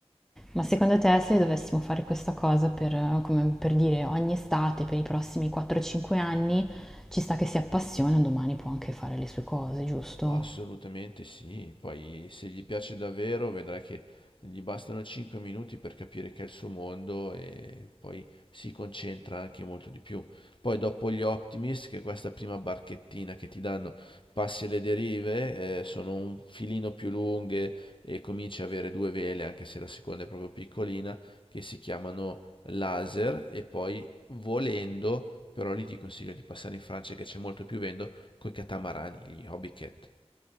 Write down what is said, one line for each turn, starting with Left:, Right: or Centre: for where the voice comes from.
Centre: Ma secondo te se dovessimo fare questa cosa per, eh, come per dire ogni estate, per i prossimi 4-5 anni, ci sta che si appassiona, un domani può anche fare le sue cose, giusto?
Left: Assolutamente sì, poi se gli piace davvero vedrai che gli bastano 5 minuti per capire che è il suo mondo e poi si concentra anche molto di più. Poi dopo gli Optimist, che è questa prima barchettina che ti danno, passi alle derive, eh, sono un filino più lunghe e cominci a avere due vele, anche se la seconda è proprio piccolina, che si chiamano laser e poi volendo, però lì ti consiglio di passare in Francia che c'è molto più vento, coi catamarani, gli hobby cat.